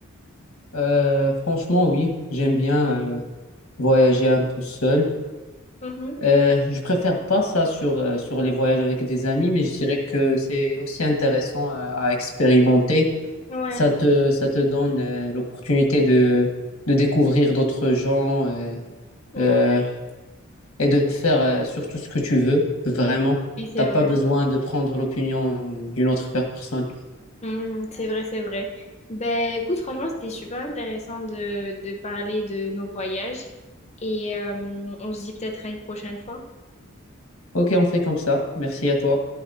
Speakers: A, on the left (about 75°); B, on the left (about 30°).
A: Euh, franchement, oui, j'aime bien euh, voyager un peu seul.
B: Mhm.
A: Euh, je préfère pas ça sur, euh, sur les voyages avec des amis, mais je dirais que c'est aussi intéressant euh, à expérimenter.
B: Ouais,
A: Ça te, ça te donne euh, l'opportunité de, de découvrir d'autres gens. euh,
B: ouais.
A: euh, et de faire euh, surtout ce que tu veux, vraiment.
B: Oui, c'est
A: T'as
B: vrai.
A: pas besoin de prendre l'opinion d'une autre personne.
B: Mhm, c'est vrai, c'est vrai. Ben, écoute, franchement, c'était super intéressant de, de parler de nos voyages. Et euh, on se dit peut-être à une prochaine fois.
A: Ok, on fait comme ça. Merci à toi.